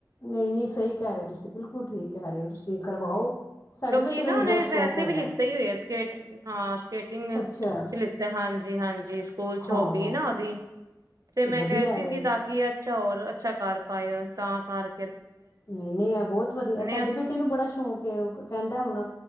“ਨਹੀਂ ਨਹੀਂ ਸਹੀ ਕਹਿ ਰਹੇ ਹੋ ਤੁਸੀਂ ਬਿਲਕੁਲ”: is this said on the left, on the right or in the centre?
Left